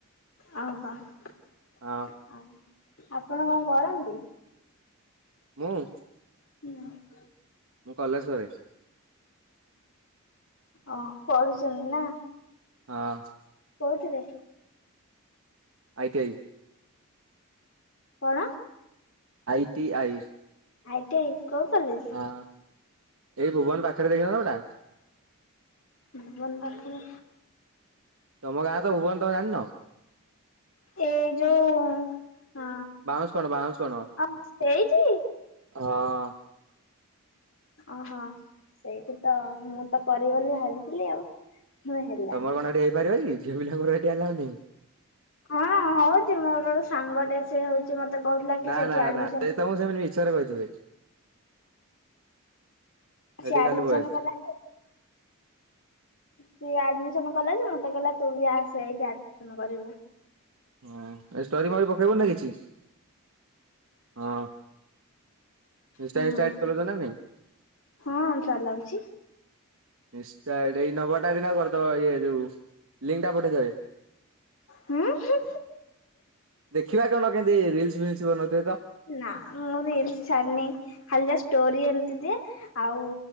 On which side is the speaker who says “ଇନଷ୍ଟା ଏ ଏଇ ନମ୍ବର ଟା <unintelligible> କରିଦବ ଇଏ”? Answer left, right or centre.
Right